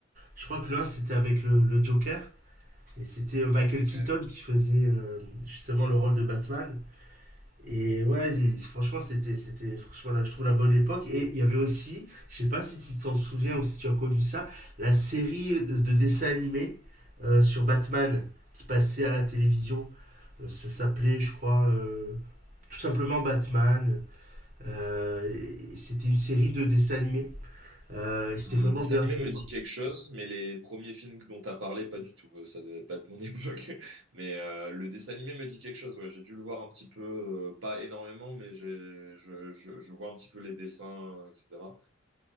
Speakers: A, on the right (about 45°); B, on the right (about 80°).
A: Je crois que l'un, c'était avec le, le Joker. Et c'était euh, Michael
B: Ok.
A: Keaton qui faisait euh, justement le rôle de Batman. Et ouais, il- franchement, c'était, c'était, franchement, là, je trouve la bonne époque. Et il y avait aussi, je sais pas si tu t'en souviens ou si tu as connu ça, la série de, de dessins animés euh, sur Batman qui passait à la télévision. Euh, ça s'appelait, je crois, euh, tout simplement Batman. Euh, et c'était une série de dessins animés. Euh, et c'était
B: Alors,
A: vraiment
B: le dessin
A: bien
B: animé
A: fait,
B: me dit
A: quoi.
B: quelque chose, mais les premiers films dont tu as parlé, pas du tout. euh, Ça devait pas être mon <laughs> époque. Mais euh, le dessin animé me dit quelque chose. Ouais, j'ai dû le voir un petit peu, euh, pas énormément, mais j'ai- je, je, je vois un petit peu les dessins, euh, etc.